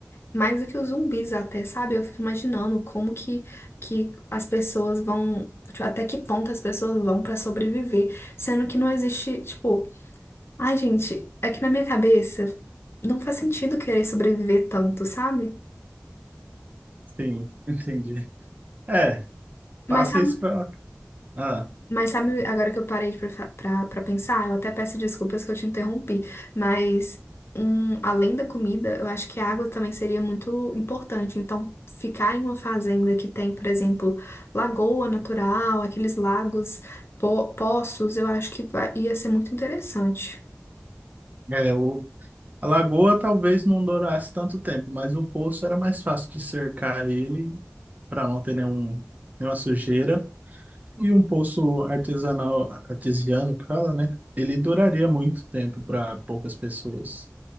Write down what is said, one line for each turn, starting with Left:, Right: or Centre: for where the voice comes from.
Left: mais do que os zumbis até, sabe? Eu fico imaginando como que, que as pessoas vão, tipo, até que ponto as pessoas vão pra sobreviver, sendo que não existe, tipo, ai, gente, é que na minha cabeça não faz sentido querer sobreviver tanto, sabe?
Right: Sim, entendi. É, passa
Left: Mas sabe
Right: isso pra. Ah,
Left: Mas sabe, agora que eu parei pra, pra, pra pensar, eu até peço desculpas que eu te interrompi, mas um, além da comida, eu acho que a água também seria muito importante. Então, ficar em uma fazenda que tem, por exemplo, lagoa natural, aqueles lagos, po poços, eu acho que vai- ia ser muito interessante.
Right: é, o, a lagoa talvez não durasse tanto tempo, mas o poço era mais fácil de cercar ele para não ter nenhum, nenhuma sujeira. E um poço artesanal, artesiano, que fala, né? Ele duraria muito tempo para poucas pessoas.